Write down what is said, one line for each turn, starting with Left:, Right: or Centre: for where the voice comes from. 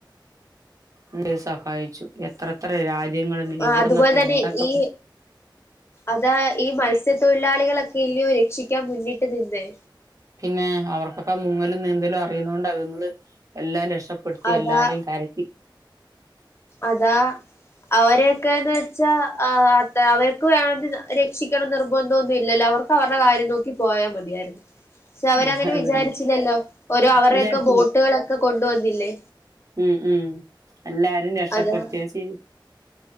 Right: ഉം സഹായിച്ചു എത്രത്ര രാജ്യങ്ങളിന്ന്
Left: ആ
Right: എവിടുന്നൊക്കെ
Left: അതുപോലെ തന്നെ
Right: എന്തൊക്കെ
Left: ഈ അതാ ഈ മത്സ്യത്തൊഴിലാളികളൊക്കെ ഇല്ല്യോ രക്ഷിക്കാൻ മുന്നിട്ട് നിന്നേ
Right: പിന്നെ അവർക്കൊക്കെ മുങ്ങലും നീന്തലും അറിയുന്ന കൊണ്ട് അവങ്ങള് എല്ലാം രക്ഷ പ്പെടുത്തി
Left: അതാ
Right: എല്ലാരെയും കരക്കി
Left: അതാ അവരെക്കേന്ന് വെച്ചാൽ അ അവർക്ക് വേണമെന്ന് രക്ഷിക്കണമെന്ന് നിർബന്ധൊന്നും ഇല്ലല്ലോ അവർ ക്കവരുടെ കാര്യം നോക്കി പോയാ. മതിയാരുന്നു പക്ഷെ അവരങ്ങനെ
Right: ഉം അത്
Left: വിചാരിച്ചില്ലല്ലോ
Right: തന്നെ
Left: ഓരോ അവരുടെയൊക്കെ
Right: വിചാരിച്ചില്ല
Left: ബോട്ടുകളൊക്കെ കൊണ്ടുവന്നില്ലേ
Right: ഉം ഉം എല്ലാരും രക്ഷപെടുത്തിയ
Left: അതാ
Right: ശെരി